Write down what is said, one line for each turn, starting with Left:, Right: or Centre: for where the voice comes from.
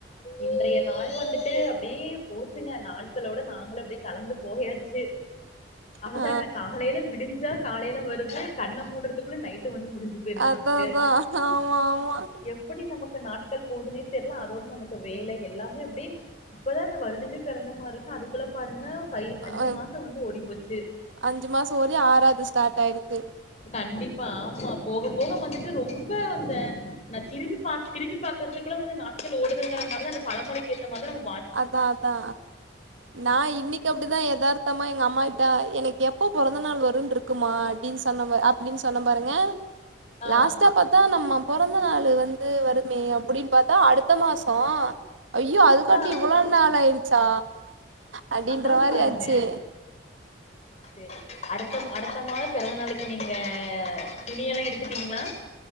Left: இன்றைய நாள் வந்துட்டு அப்டியே போச்சுங்க நாட்களோட நாங்களும் அப்டியே கலந்து போயாச்சு ஆனா
Right: ஆ
Left: தா என்ன காலையில விடிஞ்சா காலையில வருது கண்ண மூடுறதுக்குள்ள நைட் டு வந்து முடிஞ்சு போயிருது
Right: அதா
Left: நமக்கு
Right: அதா ஆமா ஆமா
Left: எப்டி நமக்கு நாட்கள் போதுன்னே தெர்ல அதோடு நமக் இப்ப வேல எல்லாமே அப்டியே இப்பதான வருடமே பெறந்த மார்ருக்கு அதுக்குள்ள பாருங்க ஃபை அஞ்சு
Right: அ-
Left: மாசம் வந்து ஓடி போச்சு
Right: அஞ்சு மாசோ ஓதி ஆறாவது ஸ்டார்ட் ஆயிடுச்சு
Left: கண்டிப்பா ஆமா போ போக போக வந்துட்டு ரொம்ப அந்த நான் திரும்பி பாக் திரும்பி பா்கறதுக்குள்ள வந்து நாட்கள் ஓடுதுங்கற மாரிதான் அந்த பழமொழிக்கேத்த மாரி தா
Right: அதான் அதான் நான் இன்னைக்கு அப்படிதான் எதார்த் த்தமா எங்க அம்மகிட்ட எனக்கு எப்போ பொறந்த நாள் வரும் இருக்குமா அப்படின்னு சொன்ன அப்படின்னு சொன்ன பாருங்க
Left: ஆ
Right: லாஸ்ட்டா பார்த்தா நம்ம பொறந்த நாள் வந்து வருமே அப்படி பார்த்தா அடுத்த மாசம் ஐயோ அதுக்
Left: அதா
Right: ட்டி இவ்வளோ நாள் ஆயிச்சா அப்படின்ற
Left: அதா
Right: மாரியாச்சு
Left: பாருங்க சேரி அடுத்த அடுத்த மாத பிறந்த நாளுக்கு நீங்க துணிய எல்லா எடுத்துட்டீங்களா